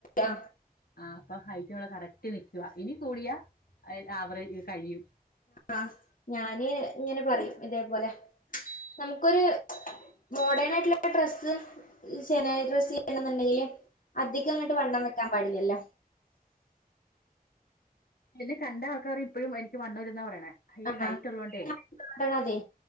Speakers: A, on the left; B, on the left.
A: ആ,
B: ആ അപ്പൊ ഹൈറ്റ് ഇവിടെ കറക്റ്റ് നി ഇനി കൂടിയ ആവറേജ് കഴിയും
A: ആഹ് ഞാന് ഇങ്ങനെ പറയും ഇതേപോലെ നമുക്കൊരു മോഡേൺ ആയിട്ടുള്ള ഡ്രസ്സ് സേന ഡ്രസ്സ് ചെയ്യണെന്നുണ്ടെങ്കില് അധികം അങ്ങോട്ട് വണ്ടണം നിൽക്കാൻ പാടില്ലല്ലോ
B: പിന്നെ കണ്ട ആൾക്കർ ഇപ്പഴും എനിക്ക് വണ്ണ വരുന്ന പറയണ ഹ
A: ആ
B: ഹൈറ്റ് ഉള്ളോണ്ടേ
A: അതുകൊണ്ടാണ്. അതെ